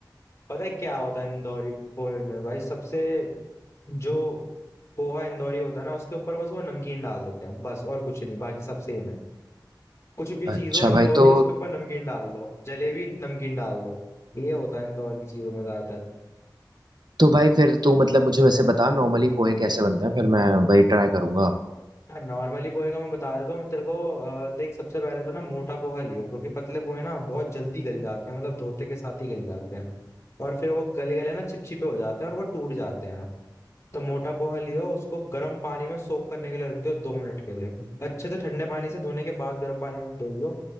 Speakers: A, on the left; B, on the right.
A: पता है क्या होता है इंदौरी पोहे में भाई सबसे जो पोहा इंदौरी होता है ना उसके ऊपर बस वो नमकीन डाल देते हैं बस और कुछ नहीं बाकी सब सेम है कुछ भी
B: अच्छा
A: चीज हो इंदौरी
B: भाई तो
A: उसके ऊपर नमकीन डाल दो जलेबी नमकीन डाल दो ये होता है इंदौर की चीजों में ज्यादातर
B: तो भाई फिर तू मतलब मुझे वैसे बता नॉर्मली पोहे कैसे बनते हैं फिर मैं वही ट्राई करूंगा
A: हाँ नॉर्मली पोहे का मैं बता देता हूँ तेरे को अ, देख सबसे पहले तो ना मोटा पोहा लियो क्योंकि पतले पोहे ना बहुत जल्दी गल जाते हैं मतलब धोते के साथ ही गल जाते हैं और फिर वो गले गले ना चिपचिपे हो जाते हैं और वो टूट जाते हैं तो मोटा पोहा लियो उसको गर्म पानी में सोक करने के लिए रख दो दो मिनट के लिए अच्छे से ठंडे पानी से धोने के बाद गर्म पानी में धोइयो